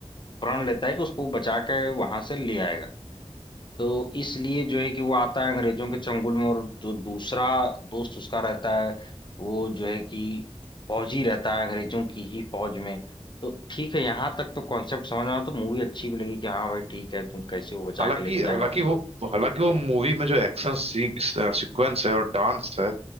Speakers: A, on the left; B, on the right.
A: प्रण लेता है कि उसको बचा के वहां से ले आएगा तो इसलिए जो है कि वो आता है अंग्रेजों के चंगुल में और जो दूसरा दोस्त उसका रहता है वो जो है कि फौजी रहता है अंग्रेजों की ही फौज में तो ठीक है यहाँ तक तो कॉन्सेप्ट समझ में आया तो मूवी अच्छी भी लगी कि हाँ भाई ठीक है तुम कैसे वो बचा
B: हालांकि
A: के लेके जाएगा
B: हालांकि वो हालांकि वो मूवी में जो एक्शन सीक्वेंस है और डांस है